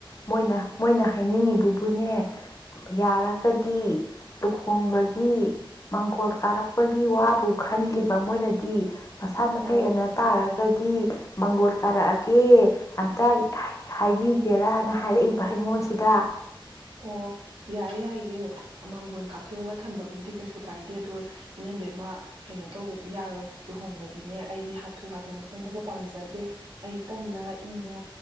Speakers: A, on the left; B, on the right.
A: ꯃꯣꯏꯅ ꯃꯣꯏꯅ ꯍꯥꯏꯅꯤꯡꯉꯤꯕꯕꯨꯅꯦ ꯌꯥꯔꯒꯗꯤ ꯂꯨꯍꯣꯡꯕꯒꯤ ꯃꯥꯡꯒꯣꯜ ꯀꯥꯔꯛꯄꯒꯤ ꯋꯥꯕꯨ ꯈꯜꯂꯤꯕ ꯃꯣꯏꯅꯗꯤ ꯃꯁꯥ ꯃꯁꯥ
B: ꯑꯣ
A: ꯌꯥꯟꯅ ꯇꯥꯔꯒꯗꯤ ꯃꯪꯒꯣꯜ ꯀꯥꯔꯛꯑꯒꯦ ꯑꯃꯇ ꯍꯥꯏꯕꯤꯒꯦꯔꯅ ꯍꯥꯏꯔꯛꯏꯕ ꯑꯩꯉꯣꯟꯁꯤꯗ
B: ꯑꯣ ꯌꯥꯏ ꯌꯥꯏꯌꯦ ꯃꯥꯡꯒꯣꯜ ꯀꯥꯊꯣꯛꯑꯒ ꯊꯝꯕꯕꯨꯗꯤ ꯀꯩꯁꯨ ꯀꯥꯏꯗꯦ ꯑꯗꯣ ꯏꯅꯝꯕꯦꯝꯃ ꯀꯩꯅꯣ ꯇꯧꯕꯗꯤ ꯌꯥꯔꯣꯏ ꯂꯨꯍꯣꯡꯕꯗꯤꯅꯦ ꯑꯩꯗꯤ ꯍꯥꯊꯨ ꯍꯥꯊꯨꯅ ꯍꯣꯡꯕꯒ ꯄꯥꯝꯖꯗꯦ ꯑꯩ ꯇꯝꯅ ꯏꯪꯅ